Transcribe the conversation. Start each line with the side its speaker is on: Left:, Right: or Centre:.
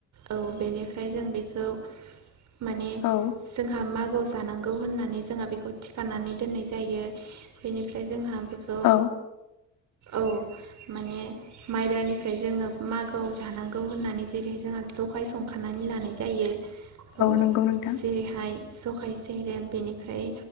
Right: औ बेनिफ्राय जों बेखौ माने
Left: औ
Right: जोंहा मा गोआव जानांगौ होननानै जोंहा बेखौ थिखानानै दोननाय जायो बेनिफ्राय जोंहा बेखौ
Left: औ
Right: औ माने माइब्रानि ओमफ्राय जोङो मागोआव जानांगौ होननानै जेरैहाय जोंहा जखाय संखानानै लानाय जायो औ
Left: नंगौ नोंथां
Right: जेरैहाय जखाय सेरेब बेनिफ्राय